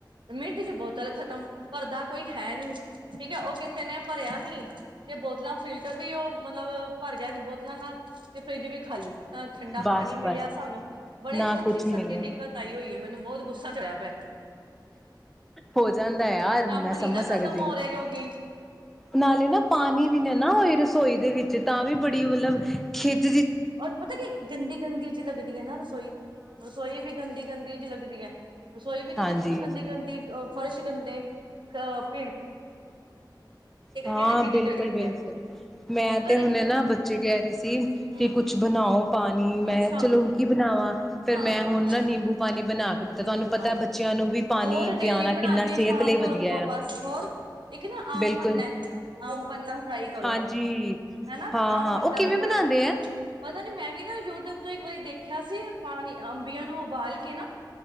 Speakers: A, on the right; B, in the centre.
A: ਮਿੰਟ ਚ ਬੋਤਲ ਖਤਮ ਭਰਦਾ ਕੋਈ ਹੈ ਨੀ, ਠੀਕ ਹੈ ਉਹ ਕਿਸੇ ਨੇ ਭਰਿਆ ਨੀ ਤੇ ਬੋਤਲਾਂ ਫਿਲਟਰ ਵੀ ਉਹ ਮਤਲਬ ਭਰ ਗਿਆ ਬੋਤਲਾਂ ਨਾਲ ਤੇ ਫਰਿੱਜ ਵੀ ਖਾਲੀ। ਨਾ ਠੰਡਾ
B: ਬਸ
A: ਪਾਣੀ ਮਿਲਿਆ
B: ਬਸ
A: ਸਾਨੂੰ ਬੜੇ
B: ਨਾ
A: ਸੱਚੀ
B: ਕੁਛ ਮਿਲਿਆ
A: ਦਿੱਕਤ ਆਈ ਹੋਈ ਹੈ। ਮੈਨੂੰ ਬਹੁਤ ਗੁੱਸਾ ਚੜ੍ਹਿਆ ਪਿਆ
B: ਹੋ ਜਾਂਦਾ ਯਾਰ
A: ਕੰਮ
B: ਮੈਂ ਸਮਝ
A: ਨੀ ਨਾ ਖ਼ਤਮ
B: ਸਕਦੀ
A: ਹੋ
B: ਹਾਂ,
A: ਰਹੇ ਕਿਉਂਕਿ
B: ਨਾਲੇ ਨਾ ਪਾਣੀ
A: ਕੰਮ
B: ਵੀ ਨਾ ਨਾ ਰਸੋਈ ਦੇ ਵਿੱਚ ਤਾਂ ਵੀ ਬੜੀ ਮਤਲਬ ਖੇ <unintelligible>
A: ਔਰ ਪਤਾ ਕੀ, ਗੰਦੀ ਗੰਦੀ ਜੀ ਲੱਗਦੀ ਐ ਨਾ ਰਸੋਈ, ਰਸੋਈ ਵੀ ਗੰਦੀ ਗੰਦੀ ਜੀ ਲੱਗਦੀ ਐ, ਰਸੋਈ ਵੀ ਤਾਂ
B: ਹਾਂਜੀ
A: ਦੇਖੋ ਗੰਦੀ ਗੰਦੀ ਉਹ ਫਰਸ਼ ਗੰਦੇ ਕਪ
B: ਹਾਂ
A: ਕੇ ਨਾ ਖਿਝ
B: ਬਿਲਕੁਲ
A: ਚੜੀ ਦੀ
B: ਬਿਲਕੁਲ,
A: ਆ
B: ਮੈਂ
A: ਪਰ
B: ਤੇ
A: ਇੱਕ
B: ਹੁਣੇ ਨਾ
A: ਦੋ
B: ਬੱਚੇ ਕਹਿ ਰਹੇ ਸੀ।
A: ਹਮ
B: ਕਿ ਕੁਛ ਬਣਾਓ ਪਾਣੀ ਮੈਂ
A: ਅੱਛਾ
B: ਚਲੋ ਕੀ ਬਣਾਵਾਂ, ਫੇਰ
A: ਹਾਂ
B: ਮੈਂ ਹੁਣ ਨਾ ਨਿੰਬੂ ਪਾਣੀ ਬਣਾ ਕੇ ਦਿੱਤੈ
A: ਨਿੰਬੂ
B: ਤੁਹਾਨੂੰ ਪਤਾ
A: ਪਾਣੀ
B: ਬੱਚਿਆਂ ਨੂੰ ਵੀ ਪਾਣੀ
A: ਹੋਰ ਡੇਲੀ
B: ਪਿਆਣਾ
A: ਬਣਾ
B: ਕਿੰਨਾ
A: ਕੇ
B: ਸਿਹਤ
A: ਸ਼ਾਮ
B: ਲਈ
A: ਨੂੰ
B: ਵਧੀਆ
A: ਰੱਖੋ
B: ਹੈ
A: ਬਸ। ਇੱਕ ਨਾ ਆਮ
B: ਬਿਲਕੁਲ
A: ਪੰਨੈ ਐ ਆਮ ਪੰਨਾ ਟਰਾਈ ਕਰੋ,
B: ਹਾਂਜੀ
A: ਹੈਨਾ
B: ਹਾਂ
A: ਆਮ
B: ਹਾਂ
A: ਪੰੰਨਾ
B: ਉਹ ਕਿਵੇਂ
A: ਵੀ
B: ਬਣਾਉਂਦੇ
A: ਬੜਾ ਐ
B: ਹੈ
A: ਪਤੈ ਮੈਂ ਵੀ ਨਾ ਯੂਟਿਊਬ ਤੋਂ ਇੱਕ ਵਾਰੀ ਦੇਖਿਆ ਸੀ ਪਾਣੀ ਅੰਬੀਆਂ ਨੂੰ ਉਬਾਲ ਕੇ ਨਾ